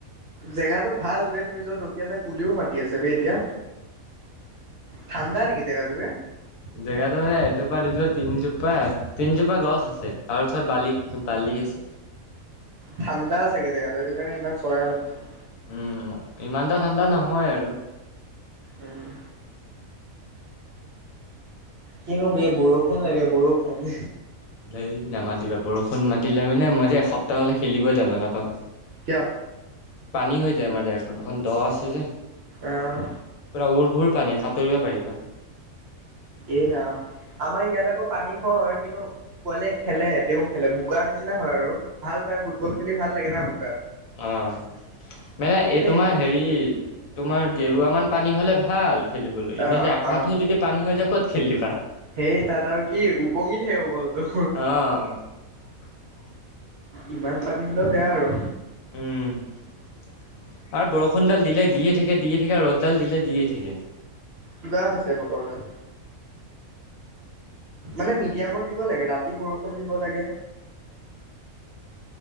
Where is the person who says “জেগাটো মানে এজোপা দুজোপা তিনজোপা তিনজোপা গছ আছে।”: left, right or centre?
Left